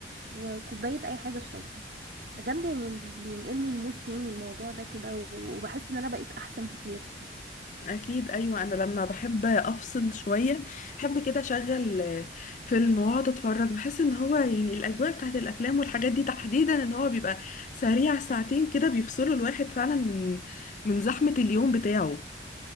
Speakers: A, on the right (about 55°); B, on the left (about 45°).
A: وكوباية أي حاجة أشربها بجد يعني بينقلني لمود تاني الموضوع ده كده و- وبحس إن أنا بقيت أحسن كتير
B: أكيد أيوة أنا لما بحب أفصل شوية بحب كده أشغل آه، فيلم وأقعد أتفرج بحس إن هو يعني الأجواء بتاعت الأفلام والحاجات دي تحديدا إن هو بيبقى سريع ساعتين كده بيفصلوا الواحد فعلا من من زحمة اليوم بتاعه